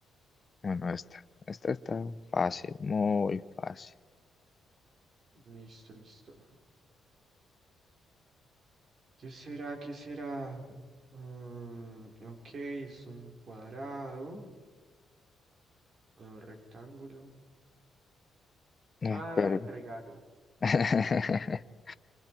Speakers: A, on the left; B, on the right.
A: bueno, esta. Esta está fácil, muy fácil.
B: Listo, listo. ¿Qué será? ¿Qué será? Mm, ok, es un cuadrado, un rectángulo. Ah,
A: Ah, pero.
B: regalo.
A: <laughs>